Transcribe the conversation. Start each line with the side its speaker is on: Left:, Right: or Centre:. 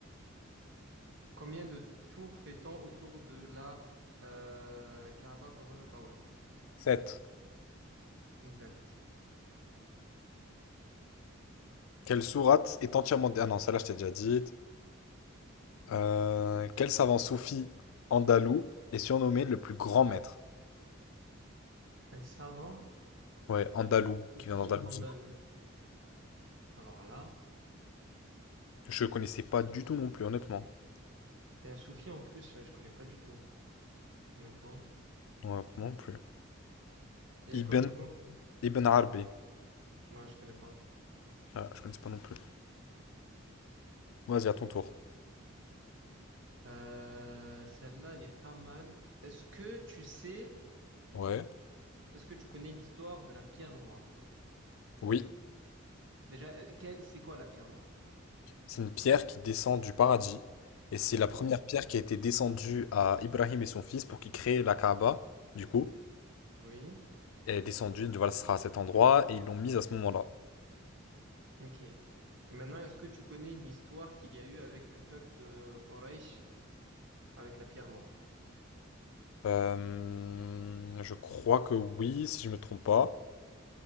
Right: Combien de tours fait-on autour de la euh, Kaaba pendant le tawaf?
Left: Sept.
Right: Exact.
Left: Quelle sourate est entièrement... Ah non, celle-là, je t'ai déjà dit. Euh, quel savant soufi andalou est surnommé le plus grand maître?
Right: Un savant
Left: Ouais, andalou,
Right: soufi
Left: qui vient d'Andalousie.
Right: andalou. Alors là,
Left: Je connaissais pas du tout non plus, honnêtement.
Right: c'est un soufi en plus, euh, je connais pas du tout, honnêtement.
Left: Ouais, non plus.
Right: C'est
Left: Ibn,
Right: quoi du coup?
Left: Ibn Arabi.
Right: Moi, je connais pas.
Left: Ah, je connais pas non plus. Vas-y, à ton tour.
Right: Euh, celle-là, elle est pas mal. Est-ce que tu sais,
Left: Ouais.
Right: est-ce que tu connais l'histoire de la pierre noire?
Left: Oui.
Right: Déjà, euh, que- c'est quoi la pierre noire?
Left: C'est une pierre qui descend du paradis. Et c'est
Right: Oui.
Left: la première pierre qui a été descendue à Ibrahim et son fils pour qu'ils créent la Kaaba. Du coup,
Right: Oui.
Left: elle est descendue, voilà, ce sera à cet endroit. Et ils l'ont mise à ce moment-là.
Right: Ok. Et maintenant, est-ce que tu connais l'histoire qu'il y a eu avec le peuple de Quraysh avec la pierre noire?
Left: Euh, je crois que oui, si je me trompe pas.